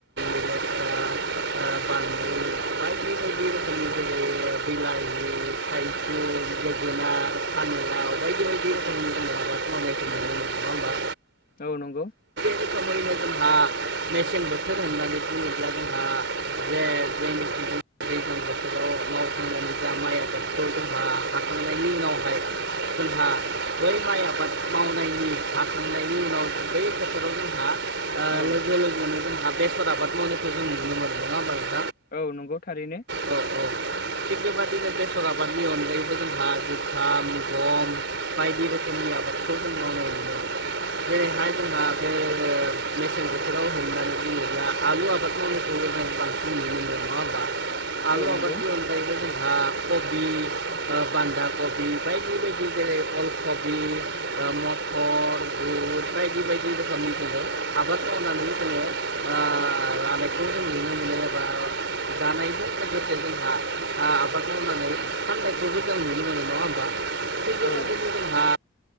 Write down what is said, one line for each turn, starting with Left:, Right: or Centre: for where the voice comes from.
Right: <inaudible> ओ बानलु बायदि बायदि रोखोमनि जेरै बिलाहि थाइजौ जोगोनार फानिलाव बायदि बायदि आबाद मावनायखौ नुनोमोनो नङा होनबा
Left: औ नंगौ
Right: <unintelligible> जोंहा मेसें बोथोर होननानै बुङोब्ला जोंहा जे जेनोखि मेसें बोथोराव मावखांनानै जाहा माइ आबादखौ जोंहा हाखांनायनि उनावहाय जोंहा बै माइ आबाद मावनायनि हाखांनायनि उनाव बै फोथोराव जोंहा
Left: औ
Right: लोगो लोगोनो जोंहा बेसर आबाद मावनायखौ जों नुनो मोनदों नङा होमबा नोंथां
Left: औ नंगौ थारैनो
Right: औ औ थिग बेबादिनो बेसर आबादनि अनगायैबो जोंहा जुखाम गम बायदि रोखोमनि आबादखौबो मावनाय नुनो मोनो जेरैहाय जोंहा बे मेसें बोथोराव होनानै बुङोब्ला आलु आबादखौ <unintelligible> बांसिन नुनो मोनो नङा होनबा आलु
Left: औ
Right: आबादनि
Left: नंगौ
Right: अनगायैबो बा कबि बान्दा कबि बायदि बायदि जेरै अल कबि मटर बुट बायदि बायदि रोखोमनि जोङो आबाद मावनाय जानायखौ जों नुनो मोननो एबा जानायजों लोगोसे जोंहा आबाद मावनानै फाननायखौबो जों नुनो मोनो नङा होमबा थिग बेबादिनो
Left: औ
Right: जोंहा